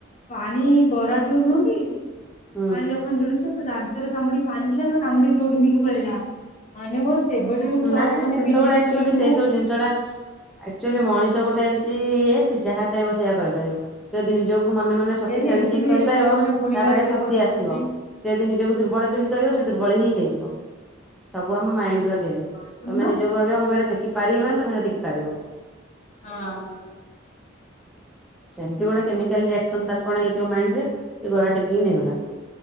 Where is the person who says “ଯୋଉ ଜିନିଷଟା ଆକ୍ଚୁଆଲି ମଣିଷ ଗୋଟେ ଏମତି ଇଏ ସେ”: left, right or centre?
Centre